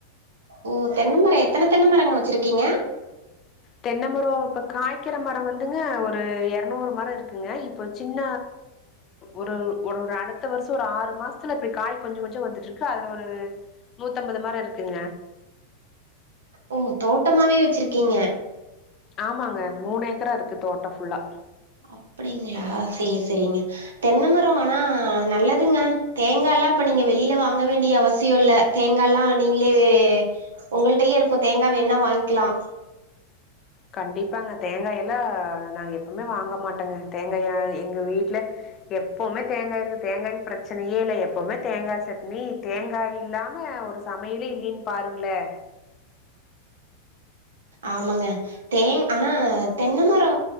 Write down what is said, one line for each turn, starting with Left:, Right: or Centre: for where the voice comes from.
Right: ஓ தென்ன மரோ எத்தன தென்னமரங்க வச்சுருக்கீங்க
Left: தென்ன மரோ இப்ப காய்க்கிற மர வந்து துங்க ஒரு எரநூறு மர இருக்கு ங்க இப்போ சின்ன ஒரு ஒரு ஒரு அடுத்த வருஷோ ஒரு ஆறு மாசத்ல இப்டி காய் கொஞ்சோ கொஞ்சோ வந்துட்டு இருக்கு அதுல ஒரு நூத்தம்பது மர இருக்குங்க
Right: ஓ தோட்டமாவே வச்சிருக்கீங்க
Left: ஆமாங்க மூனு ஏக்கரா இருக்கு தோட்டம் ஃபுல்லா
Right: அப்படிங்ளா சேரி சேரிங்க தென்ன மர ஆனா நல்லதுங்க தேங்காய் எல்லா இப்ப நீங்க வெளியில வாங்க வேண்டிய அவசியோ இல்ல தேங்காய் எல்லா நீங்களே உங்கள்டயே இருக்கோ தேங்கா வேணா வாங்கிக்லா
Left: கண்டிப்பாங்க தேங்காய எல்லா நாங்க எப்பவுமே வாங்க மாட்டோங்க தேங்காய எங்க வீட்ல எப்பவுமே தேங்காய் இருக்கு தேங்காய்கு பிரச்சனயே இல்ல எப்பவுமே தேங்கா சட்னி தேங்காய் இல்லாம ஒரு சமயிலே இல்லைனு பாருங்களே
Right: ஆமாங்க தேங் ஆனா தென்ன மரோ